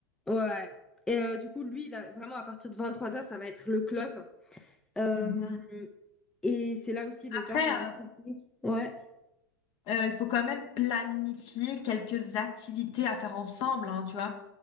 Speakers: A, in the centre; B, on the left (about 45°).
A: Ouais. Et euh, du coup, lui, là, vraiment, à partir de 23 heures, ça va être le club. Euh,
B: Mhm.
A: et c'est là aussi le
B: Après,
A: bar, il va s'ouvrir.
B: euh,
A: Ouais.
B: euh, il faut quand même planifier quelques activités à faire ensemble, hein, tu vois.